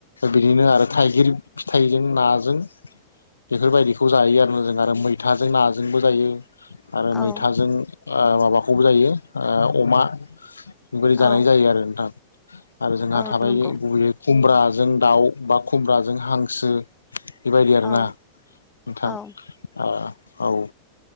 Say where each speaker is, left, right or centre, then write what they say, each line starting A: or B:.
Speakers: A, on the left (about 75°); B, on the left (about 15°).
A: बिदिनो आरो थाइगिर फिथाइजों नाजों बेफोरबायदिखौ जायो आरोना जों आरो मैथाजों नाजोंबो जायो आरो
B: औ
A: मैथाजों ओ माबाखौबो जायो ओ अमा <inaudible> जानाय
B: औ
A: जायो आरो नोंथां आरो जोंहा
B: औ
A: थाबायो
B: नंगौ
A: गुबैयै खुमब्राजों दाउ बा खुमब्राजों हांसो बेबायदि आरोना
B: औ
A: नोंथां
B: औ
A: ओ औ